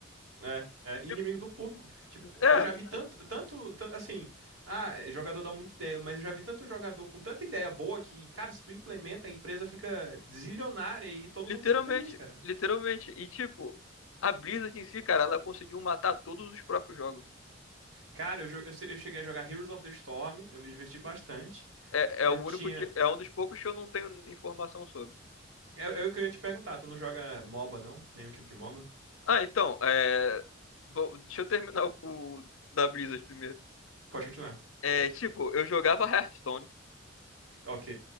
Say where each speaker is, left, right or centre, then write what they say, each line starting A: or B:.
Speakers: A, on the right; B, on the left.
A: É, é, e
B: Tipo,
A: inimigo do público. Tipo,
B: É,
A: eu já vi tanto, tanto, tan- assim, ah, jogador dá muita ideia, mas eu já vi tanto jogador com tanta ideia boa que, cara, se tu implementa, a empresa fica zilionária e todo
B: literalmente,
A: mundo fica feliz, cara.
B: literalmente. E tipo, a Blizzard em si, cara, ela conseguiu matar todos os próprios jogos.
A: Cara, eu, jo- eu, se- eu cheguei a jogar Heroes of the Storm, eu me diverti bastante.
B: É, é
A: Eu
B: o único
A: tinha.
B: que, é um dos poucos que eu não tenho informação sobre.
A: Eu, eu, que eu ia te perguntar, tu não joga MOBA, não? Nenhum tipo de MOBA?
B: Ah, então, é, vou- deixa eu terminar o, o da Blizzard primeiro.
A: Pode continuar.
B: É, tipo, eu jogava Hearthstone.
A: Ok.